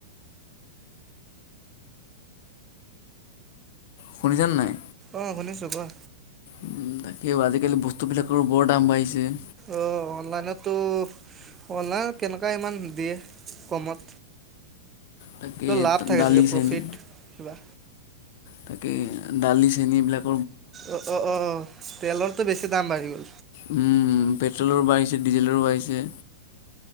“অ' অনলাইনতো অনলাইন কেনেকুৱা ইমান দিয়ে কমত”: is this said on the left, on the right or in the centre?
Right